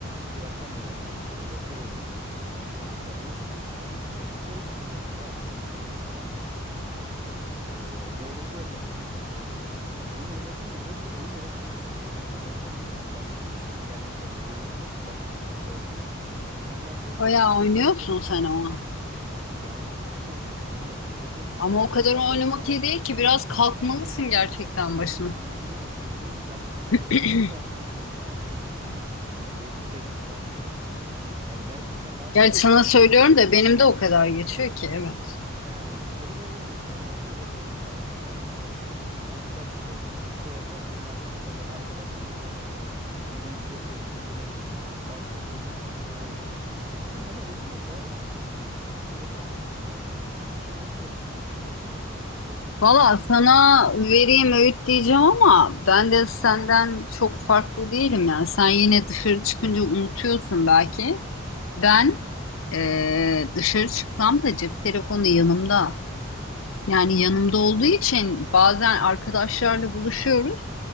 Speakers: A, on the right (about 25°); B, on the left (about 75°).
A: bırakamıyorum yani. Böyle şey oluyorum sürekli. Yani nasıl diyeyim sana? Dışarı çıkmıyorum, şey yapmıyorum zaten tamam mı? Hiçbir şekilde. Ee, böyle şey yapasım geliyor. Oyun oynayasım geliyor ki oyun oynamak zorundayım. Başka ne yapabilirim ki? Ben bunu nasıl yer, yani yerine nasıl başka bir şey koyabilirim ki? İnsanlar diyor
B: Bayağı
A: ki
B: oynuyorsun
A: dışarı çık.
B: sen ama.
A: Çok yani çok oynuyorum abla öyle böyle değil
B: Ama
A: ve oyunlar
B: o kadar
A: o
B: oynamak
A: kadar
B: iyi değil ki biraz kalkmalısın
A: Abla günüm
B: gerçekten
A: günüm
B: başına.
A: günümün günümün yaklaşık
B: <clears throat>
A: dört beş saati benim oyunlarda geçiyor biliyor musun ya? dört beş saat diyorum sana ya. Yani gerçekten ne yapacağımı
B: Gerçi sana
A: şaşırdım
B: söylüyorum
A: artık.
B: da benim de o kadar geçiyor ki evet.
A: Yani dışarı böyle insanlar diyor bakıyorum internetten bazen araştırıyorum böyle. Demişler dışarı çıkın, şey yapın, yeni aktiviteler, arkadaşlarınızla takılın, yürüyüş yapın, yüzmeye çıkın, basket oynayın, futbol oynayın. Ama bana oyunlar daha ilgi çekici geçiyor. Sence nasıl aşabilirim ben bunu ya? Nasıl yani şey yapabiliriz biz bu alışkanlıkları bırakabiliriz?
B: Valla
A: Hiçbir
B: sana
A: fikrin var mı senin?
B: vereyim öğüt diyeceğim ama ben de senden çok farklı değilim yani. Sen yine dışarı çıkınca unutuyorsun belki. Ben
A: Hı hı.
B: eee, dışarı çıktığımda cep telefonu yanımda. Yani
A: Hı.
B: yanımda olduğu için bazen arkadaşlarla buluşuyoruz.